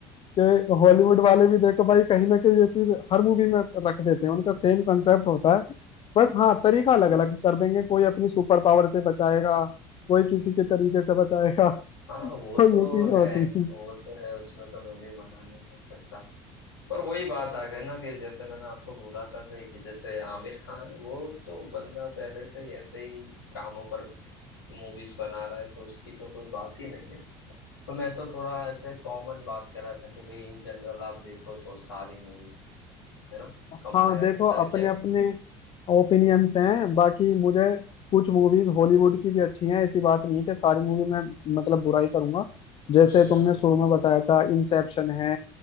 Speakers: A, on the left; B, on the left.
A: कि हॉलीवुड वाले भी देखो भाई कहीं ना कहीं ये चीज हर मूवी में रख देते हैं उनका सेम कंसेप्ट होता है बस हाँ तरीका अलग अलग कर देंगे कोई अपनी सुपर पावर से बचाएगा कोई किसी के तरीके से बचाएगा <laughs>
B: हाँ
A: तो
B: वो तो
A: ये चीजें
B: है
A: होती हैं
B: वो तो है उसमें तो मैं भी मना नहीं कर सकता पर वही बात आ गई ना फिर जैसे मैंने आपको बोला था सही कि जैसे आमिर खान है वो तो बंदा पहले से ही ऐसे ही कामों पर मूवीज बना रहा है तो उसकी तो कोई बात ही नहीं है तो मैं तो थोड़ा ऐसे कॉमन बात कर रहा था कि भाई इन जनरल आप देखो तो सारी मूवीज है ना
A: हाँ
B: कंपेयर
A: देखो
B: करके
A: अपने अपने ओपिनियंस हैं बाकी मुझे कुछ मूवीज हॉलीवुड की भी अच्छी हैं ऐसी बात नहीं है कि सारी मूवी में मतलब बुराई करूंगा जैसे
B: हम्म
A: तुमने शुरू में बताया था इंसेप्शन है